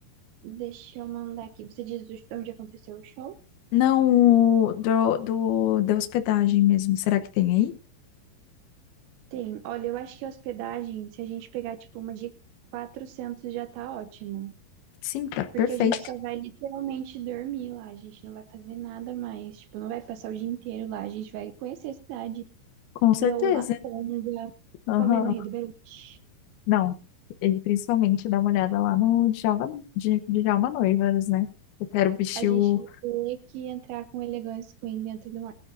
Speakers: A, on the right (about 80°); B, on the left (about 70°).
A: Deixa eu mandar aqui. Você diz do- onde aconteceu o show?
B: Não, o do, do, da hospedagem mesmo. Será que tem aí?
A: Tem. Olha, eu acho que a hospedagem, se a gente pegar tipo uma de 400 já tá ótimo.
B: Sim, tá perfeito.
A: Porque a gente só vai literalmente dormir lá, a gente não vai fazer nada mais. Tipo, não vai passar o dia inteiro lá, a gente vai conhecer a cidade.
B: Com
A: ver
B: certeza.
A: o Laconga
B: Aham.
A: comendo o Rei do Beirute.
B: Não. E principalmente dá uma olhada lá no Djalma, Dj- Djalma Noivas, né? Eu quero vestir
A: A gente
B: o
A: vai ter que entrar com o Elegance Queen dentro do mar.